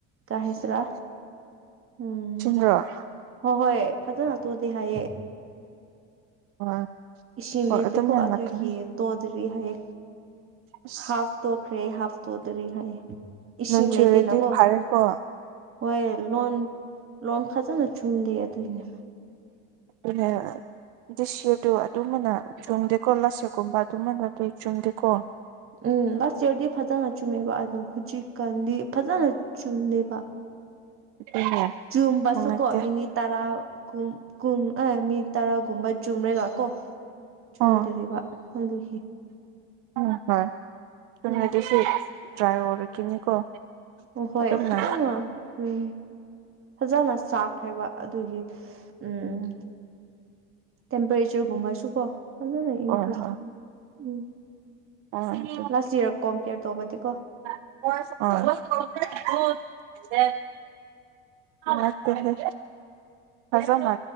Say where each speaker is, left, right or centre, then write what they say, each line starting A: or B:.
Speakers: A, on the right (about 35°); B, on the right (about 70°).
A: ꯀ ꯍꯦꯁ꯭ꯔꯥ ꯎꯝ
B: ꯨ ꯇ꯭ꯔ
A: ꯍꯣꯏ ꯍꯣꯏ ꯐꯖꯅ ꯇꯣꯑꯗꯤ ꯍꯥꯏꯌꯦ
B: ꯍꯣꯏ
A: ꯏꯁꯤꯡ
B: ꯍꯣꯏ
A: ꯂꯩꯇꯦꯀꯣ
B: ꯑꯗꯨꯝ ꯍꯜꯂꯛꯀꯅꯤ
A: ꯑꯗꯨꯒꯤ ꯇꯣꯗ꯭ꯔꯤ ꯍꯥꯏꯌꯦ
B: ꯑꯁ
A: ꯍꯥꯐ ꯇꯣꯛꯈ꯭ꯔꯦ ꯍꯥꯐ ꯇꯣꯇꯔꯤ ꯍꯥꯏꯌꯦ ꯏꯁꯤꯡ
B: ꯅꯣꯟ ꯆꯨꯔꯦꯗꯤ
A: ꯂꯩꯇꯦꯅꯀꯣ
B: ꯐꯔꯦꯀꯣ
A: ꯍꯣꯏ ꯂꯣꯟ ꯂꯣꯟ ꯐꯖꯟꯅ ꯆꯨꯝꯗꯦ ꯑꯗꯨꯏꯅꯦꯕ
B: ꯎ <unintelligible> ꯗꯤꯁꯌꯔꯗꯣ ꯑꯗꯨꯝꯕꯅ ꯆꯨꯝꯗꯦꯀꯣ ꯂꯁꯔꯒꯨꯝꯕ ꯑꯗꯨꯝꯕꯅꯗꯤ ꯆꯨꯝꯗꯦꯀꯣ
A: ꯎꯝ ꯂꯥꯁ ꯑꯦꯌꯔꯗꯤ ꯐꯖꯅ ꯆꯨꯝꯃꯦꯕ ꯑꯗꯣ ꯍꯧꯖꯤꯛꯀꯥꯟꯗꯤ ꯐꯖꯅ ꯆꯨꯝꯗꯦꯕ
B: <unintelligible>
A: ꯆꯨꯝꯕꯥꯁꯨꯀꯣ
B: ꯅꯨꯡꯉꯥꯏꯇꯦ
A: ꯃꯤꯅꯤꯠ ꯇꯔꯥ ꯀꯨꯝ ꯀꯨꯝ ꯑ ꯃꯤ ꯇꯔꯥ ꯀꯨꯝꯕꯥ ꯆꯨꯝꯃꯔꯦ ꯇꯥꯀꯣ ꯆꯨꯗꯔꯤꯕ
B: ꯑꯣ
A: ꯑꯗꯨꯒꯤ
B: ꯎꯝ ꯍꯣꯏ <unintelligible>
A: ꯎꯝ
B: ꯗ꯭ꯔꯥꯏꯑꯣꯔꯤ ꯀꯤꯅꯤꯀꯣ
A: ꯍꯣꯏ
B: ꯑꯗꯨꯝꯅ
A: ꯐꯖꯅ ꯎꯝ ꯐꯖꯅ ꯆꯥꯛꯈ꯭ꯔꯦꯕ ꯑꯗꯨꯒꯤ ꯎꯝ ꯇꯦꯝꯄꯔꯦꯆ ꯒꯨꯝꯕꯁꯨ ꯀꯣ ꯐꯖ ꯅ ꯏꯟꯀ꯭ꯔꯤ
B: ꯍꯣꯏ
A: ꯊꯣꯛ ꯎꯝ
B: ꯑꯣꯏ <unintelligible>
A: ꯂꯥꯁ ꯌꯔ ꯀꯣꯝꯄꯤꯦꯌꯔ ꯇꯧꯕꯗꯤ ꯀꯣ
B: <unintelligible> <inaudible> ꯃꯠꯇꯦꯍꯦ ꯐꯖꯥ